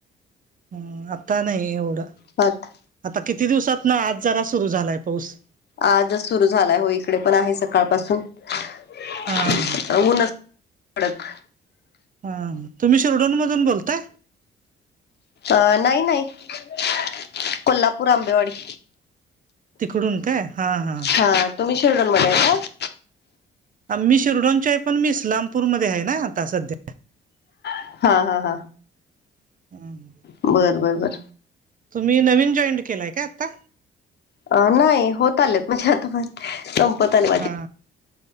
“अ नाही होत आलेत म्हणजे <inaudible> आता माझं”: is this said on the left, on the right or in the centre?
Left